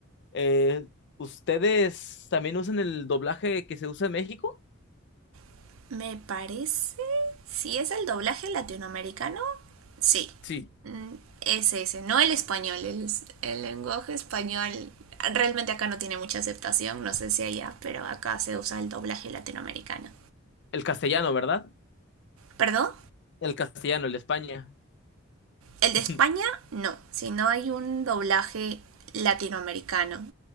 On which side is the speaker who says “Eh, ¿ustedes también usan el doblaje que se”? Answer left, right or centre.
Left